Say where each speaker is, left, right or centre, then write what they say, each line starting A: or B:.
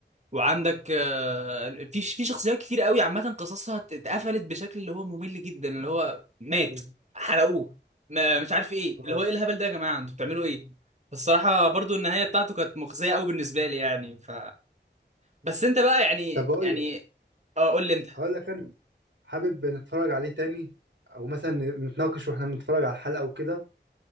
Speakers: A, on the right (about 40°); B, on the right (about 75°).
A: وعندك آه، في في شخصيات كتير قوي عامة قصصها ات- اتقفلت بشكل اللي هو ممل جدا اللي هو مات
B: مم.
A: حرقوه ما مش عارف ايه
B: اه
A: اللي هو ايه الهبل ده يا جماعة انتوا بتعملوا ايه فالصراحة برضو النهاية بتاعته كانت مخزية قوي بالنسبة لي يعني ف بس انت بقى يعني
B: طب اقول
A: يعني
B: لك
A: اه قول لي انت
B: هقول لك انا حابب نتفرج عليه تاني او مثلا نتناقش واحنا بنتفرج على الحلقه وكده